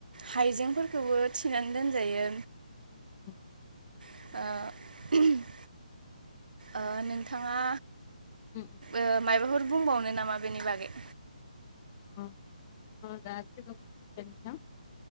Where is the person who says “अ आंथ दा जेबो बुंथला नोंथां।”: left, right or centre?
Left